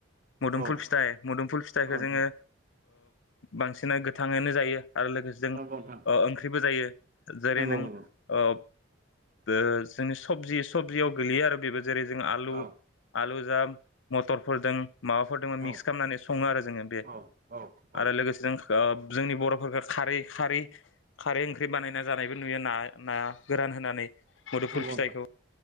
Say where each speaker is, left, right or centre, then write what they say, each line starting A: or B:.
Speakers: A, on the left (about 70°); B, on the right (about 40°).
A: मोदुमफुल
B: औ
A: फिथाइ मुदुमफुल फिथाइखौ
B: औ नोंथां
A: जोङो। बांसिनना गोथाङैनो जायो। आरो लोगोसे जों
B: नंगौ नोंथां
A: ओ ओंख्रिबो जायो। जेरै
B: नंगौ
A: नों
B: नंगौ
A: ओ दा जोंनि सबजि सबजियाव गोगलैयो आरो बेबो जेरै जों आलु
B: औ
A: आलु जाम मटर फोरदों माबाफोर दों मिक्स
B: औ
A: खामनानै सङो आरो जोङो बे
B: औ औ औ
A: आरो लोगोसे ज जोंनि बर'फोरखौ खारै खारै खारै ओंख्रि बानायना जानायबो नुयो नाया नाया गोरान होनानै मुदुफुल
B: नंगौ
A: फिथाइखौ
B: नोंथां